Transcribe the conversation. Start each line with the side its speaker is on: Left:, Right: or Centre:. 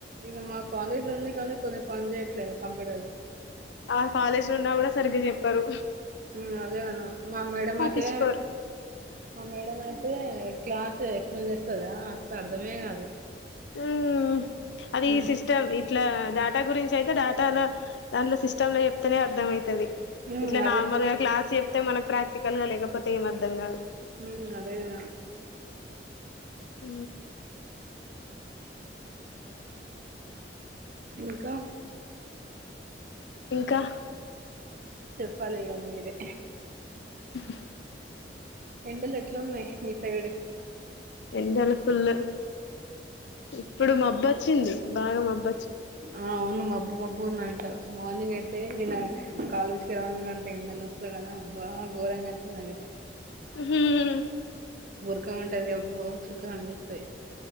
Right: ఇక మా కాలేజ్ లో ఉంది కానీ కొన్ని పని చేయట్లేదు కంప్యూటర్స్
Left: ఆ కాలేజీ లో ఉన్నా కూడా సరిగ్గా చెప్పారు
Right: ఉ అదే గద మా మేడం
Left: పట్టించుకోరు
Right: అతే మా మేడం అయితే క్లాస్ ఎక్స్ప్లెయిన్ చేస్తదా అసలు అర్ధమే కాదు
Left: ఉ అది
Right: హ్మ్.
Left: ఈ సిస్టమ్ ఇట్లా డేటా గురించి అయితే డేటాలో దాంట్లో సిస్ట సిస్టమ్ లో చెప్తనే అర్థమయితది
Right: హ్మ్.
Left: ఇట్ల
Right: అదే.
Left: నార్మల్గా క్లాస్ చెప్ అయితే మనకు ప్రాక్టికల్ గా లేకపోతే ఏమి అర్థంగాదు
Right: ఉ అదేగా
Left: ఊ
Right: ఇంకా
Left: ఇంకా
Right: చెప్పాలిగ మీరే
Left: హు హు హు
Right: ఎండలు ఎట్లున్నాయి మీ సైడు
Left: ఎండలు ఫుల్లు ఇప్పుడు మబ్బొచ్చింది బాగా మబ్బ
Right: ఆ అవును మబ్ మబ్బు మబ్బు ఉందంట మార్నింగ్ అయితే నిన్న కాలేజీకిి రాంగా అంటే ఎండల వస్తా కదా అబ్బా ఘోరంగా ఉంది నాకైతే
Left: హు హు హు
Right: చుక్క ఉంటది అబ్బో చుక్క కనిపిస్తాయి